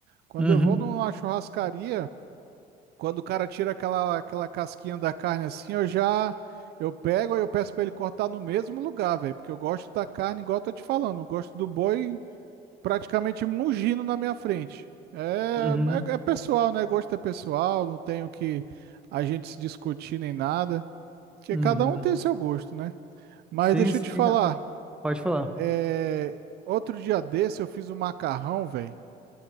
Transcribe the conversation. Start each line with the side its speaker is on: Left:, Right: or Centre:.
Right: Quando
Centre: Uhum,
Right: eu vou numa churrascaria, quando o cara tira aquela, aquela casquinha da carne assim, eu já eu pego e eu peço pra ele cortar no mesmo lugar, velho, porque eu gosto da carne igual eu tô te falando, eu gosto do boi praticamente mugindo na minha frente. É,
Centre: uhum,
Right: é, é pessoal, né? Gosto é pessoal, não tenho que a gente se discutir nem nada, porque
Centre: uhum.
Right: cada um tem seu gosto, né? Mas
Centre: Sim,
Right: deixa
Centre: sim,
Right: eu te falar,
Centre: cara. pode falar.
Right: é, outro dia desse eu fiz um macarrão, velho.